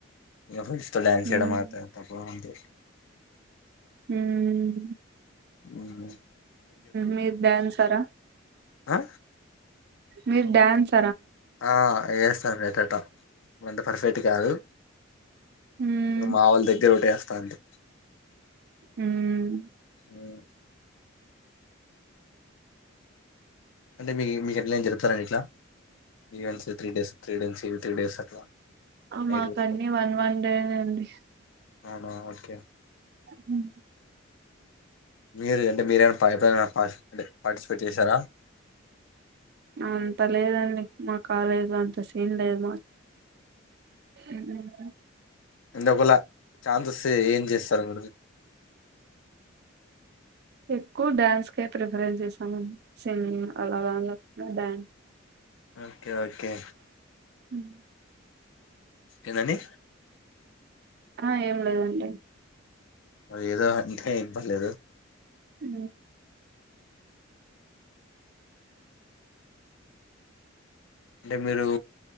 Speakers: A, on the left (about 70°); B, on the right (about 55°).
A: ఇంకా ఫ్రెండ్స్ డన్స్ చేయడం
B: ఉమ్
A: మాత్ర <unintelligible> తప్ప అంటే
B: మ్మ్
A: మ్మ్
B: మీరు డ్యాన్సరా
A: ఆ
B: మీరు డ్యాన్స్
A: ఆ వేస్తాను ఎట్టేటా ఇంత పర్ఫెక్ట్ కాదు
B: హ్మ్
A: మా వాళ్ళ దగ్గర ఒకటేస్ తాంది
B: మ్
A: ఉమ్ అంటే మీకు మీకెట్లైనా జరుపుతారండి ఇట్లా ఇ త్రీ డేస్ త్రీ డేస్ ఇవి త్రీ డేస్ అట్లా నైట్
B: మాకన్ని
A: వరకు
B: వన్ వన్ డే నే అండి
A: అవునా ఓకే
B: హ్మ్
A: మీరు అంటే మీరేనా పైపైన <unintelligible> టే పార్టిసిపేట్ చేశారా
B: అంతా లేదండి మా కాలేజ్ లో అంత సేన్ లేదు మ్మ్.
A: ఎందుకుల ఛాన్స్ ఒస్తే ఏం చేస్తారు మీరు
B: ఎక్కువ డ్యాన్స్కే ప్రిఫరెన్స్ చేసాము సింగింగ్ అలా డ్యాన్స్
A: ఓకే ఓకే
B: హుమ్
A: ఎందండి
B: ఆ ఏం లేదండి
A: ఏదో అంటే ఏం పర్లేదు
B: ఊ
A: అంటే మీరు